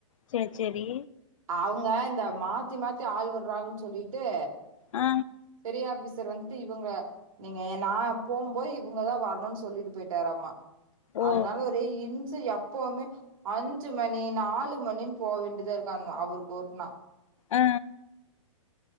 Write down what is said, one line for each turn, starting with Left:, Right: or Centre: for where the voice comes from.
Left: சேரி சேரி
Right: அவுங்க இந்த மாத்தி மாத்தி ஆள் விர்றாங்கன்னு சொல்லிட்டு
Left: ஆ
Right: பெரிய ஆஃபீசர் வந்துட்டு இவுங்க நீங்க நா போம் போது இவுங்கதா வர்ணுனு சொல்லிட்டு போய்ட்டாராமா
Left: ஓ
Right: அதனால ஒரே இன் ச எப்பவுமே அஞ்சு மணி நாலு மணின் போ வேண்டியதா இருக்காங்க அவருக்கு ஒருனா
Left: ஆ